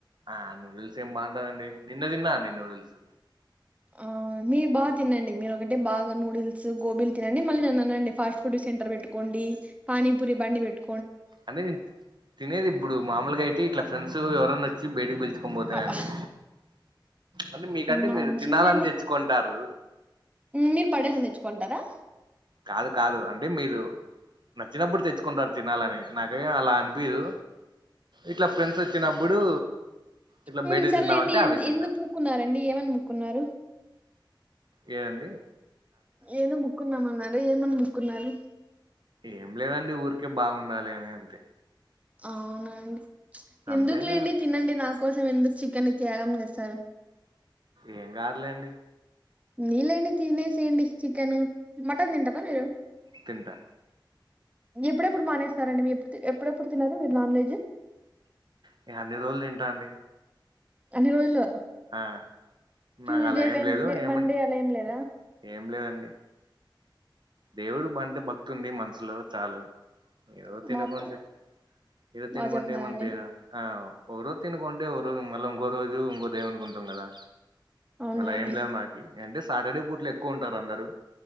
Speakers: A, on the right; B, on the right.
A: ఆ నూడిల్స్ ఏం బాగుంటదండి నిన్న తిన్నా అండి నూడుల్స్
B: ఆ మీర్ బా తినండి మీరు ఒకటే బాగా నూడుల్స్ గోబీలు తినండిమళ్లీ నన్ను అనండి ఫాస్ట్ ఫుడ్ సెంటర్ పెట్టుకోండి అని. పానీ పూరి బండి పేట్
A: అంటే నేన్ తినేది ఇప్పుడు మామలుగా అయితే ఇట్లా ఫ్రెండ్స్ ఎవరన్నా వచ్చి వచ్చి బయటికి పిలుచుకొని పోతే
B: అబ్బా
A: అండి అంటే మీకంటే
B: మంచిదిలేండి
A: మీరే తినాలని తెచ్ కొంటారు
B: మీరు పడేసేకి తెచ్చుకుంటారా
A: కాదు కాదు అంటే మీరు నచ్చినప్పుడు తెచ్చుకుంటారు తినాలని నాకేం అలా అనిపియదు ఇట్లా ఫ్రెండ్స్ వచ్చినప్పుడు ఇట్లా
B: మ్మ్
A: బయట
B: సరేలేండి
A: తిందామంటే
B: ఎంద్
A: అవి తింటాం
B: ఎందుకు మూక్కున్నారండి ఏమని మూక్కున్నారు
A: ఏ అండి
B: ఏదో మోక్కున్నామన్నారే ఏమని మొక్కుకున్నారు
A: ఏం లేదండి ఊరికే బాగుండాలి అని అంతే
B: అవునాండి
A: అంతేనా
B: ఎందుకులేండి తినండి నా కోసం ఎందుకు చికెన్నీ త్యాగం చేస్తారు
A: ఏం కాదులేండి
B: నీళ్లన్నీ తినేసేయండి చికెను మటన్ తింటారా మీరు?
A: తింటా.
B: ఎప్పుడెప్పుడు మానేస్తారాండి మీరుప్పు ఎప్పుడెప్పుడు తిన్నరు మీరు నాన్ వేజు
A: నేను, అన్ని రోజులు తింటా అండి
B: అన్ని రోజులు
A: ఆ
B: ట్యూస్డే
A: నాకు అలా ఏం
B: వెన్స్డేమండే
A: లేదు ఏమ
B: అలా ఏం లేదా
A: ఏం లేదండి దేవుడు పట్ల భక్తి ఉంది మనసులో చాలు ఏదో తిన
B: బాబా
A: గుంటె ఏదొ తినగుంటే
B: బాగా చెప్తున్నారండి
A: ఏమనిపియ్యదా ఆ ఓ రో తినుకుంటే ఓరోజు మళ్ళ ఇంకో రోజు ఇంకో దేవునికి ఉంటం గదా
B: అవునులేండి
A: అలా ఏం లేదు మాకి అంటే సాటర్డే పూట్లు ఎక్కువుంటారందరూ